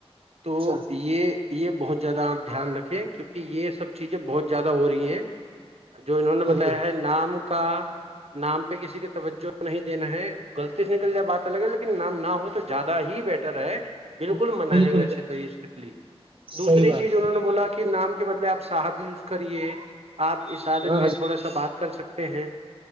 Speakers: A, on the right; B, on the right.
A: تو
B: اچھا
A: یہ یہ بہت زیادہ آپ دھیان رکھیں کیونکہ یہ سب چیزیں بہت زیادہ ہو رہی ہیں جو انہوں
B: ہوں
A: نے بتایا
B: ہوں
A: ہے نام کا نام پہ کسی کا توجہ نہیں دینا ہے غلطی سے نکل جائے بات الگ ہے لیکن نام نہ ہو تو زیادہ ہی بیٹر ہے بالکل
B: ہاں،
A: منع
B: بالکل
A: ہے ویسے
B: بالکل
A: تو یہ سیک لی دوسری
B: صحیح بات
A: چیز انہوں نے بولا کہ نام کے بدلے آپ سحب یوز کریے آپ اشارے
B: ہاں
A: میں تھوڑا سا بات کر سکتے ہیں